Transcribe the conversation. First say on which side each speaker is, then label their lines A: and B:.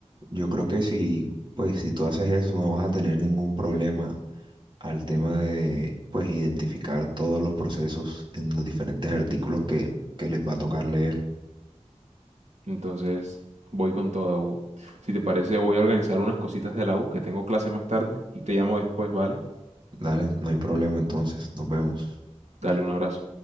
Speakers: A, on the right; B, on the right.
A: Yo creo que si, pues, si tú haces eso, no vas a tener ningún problema al tema de, pues, identificar todos los procesos en los diferentes artículos que, que les va a tocar leer.
B: Entonces, voy con toda U. Si te parece, voy a organizar unas cositas de la U, que tengo clase más tarde, y te llamo después, ¿vale?
A: Dale, no hay problema entonces. Nos vemos.
B: Dale un abrazo.